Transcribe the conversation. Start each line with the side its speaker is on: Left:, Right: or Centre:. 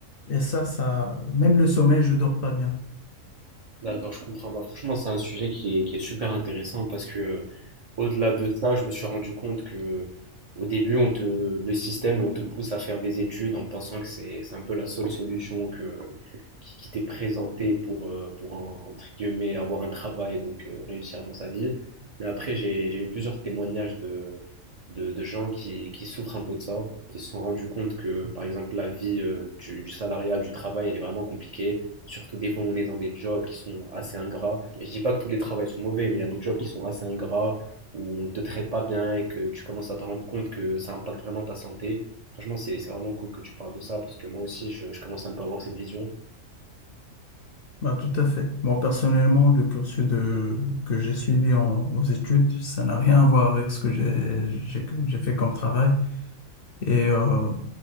Left: Et ça, ça, même le sommeil, je dors pas bien.
Right: D'accord, je comprends. Bah, franchement, c'est un sujet qui est, qui est super intéressant parce que Au-delà de ça, je me suis rendu compte que au début, on te, le système, on te pousse à faire des études en pensant que c'est, c'est un peu la seule solution que, qui, qui t'est présentée pour, euh, pour en- entre guillemets, avoir un travail et donc euh, réussir dans sa vie. Mais après, j'ai, j'ai eu plusieurs témoignages de, de, de gens qui, qui souffrent un peu de ça, qui se sont rendus compte que, par exemple, la vie euh, du, du salariat, du travail, elle est vraiment compliquée. Surtout des fois, on est dans des jobs qui sont assez ingrats. Et je dis pas que tous les travails sont mauvais, mais il y a des jobs qui sont assez ingrats où on ne te traite pas bien et que tu commences à te rendre compte que ça impacte vraiment ta santé. Franchement, c'est c'est vraiment cool que tu parles de ça parce que moi aussi, je, je commence un peu à avoir cette vision.
Left: Bah, tout à fait. Moi, personnellement, le cursus de, que j'ai suivi en- aux études, ça n'a rien à voir avec ce que j'ai, j'ai, j'ai fait comme travail. Et euh,